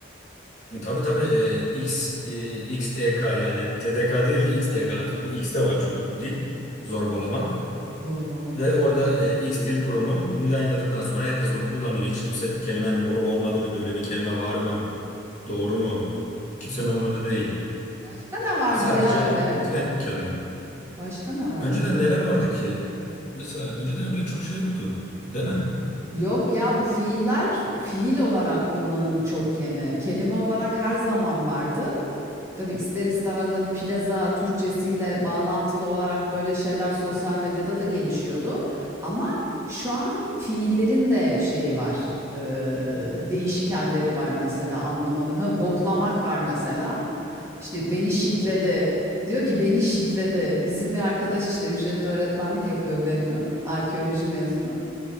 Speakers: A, on the left; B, on the right.
A: E, Tabii tabii e, X e, XDK yani TDK değil de XDK artık bu X'te var çünkü bu dil zorbalamak
B: <laughs> Zorbalamak.
A: ve orada e, X Dil Kurumu bunu yayınladıktan sonra herkes bunu kullanıyor. Hiç kimse kelimenin olup olmadığını böyle bir kelime var mı doğru mu kimsenin umurunda değil.
B: Başka ne vardı
A: Sadece
B: ya öyle?
A: o trend bir kelime.
B: Başka ne vardı
A: Önceden
B: öyle?
A: neler vardı ki? Mesela önceden bile çok şey yoktu değil mi?
B: Yok ya bu fiiller fiil olarak kullanımı çok yeni. Kelime olarak her zaman vardı. Tabii ister istemez hani plaza Türkçesiyle bağlantılı olarak böyle şeyler sosyal medyada da gelişiyordu. Ama şu an fiillerin de şeyi var. Ee, değişik halleri var mesela anlamadım. Ha boklamak var mesela. İşte beni şitledi. Diyor ki beni şitledi. Bizim bir arkadaş işte ücretli öğretmenlik yapıyor garibim. Arkeoloji mezunu.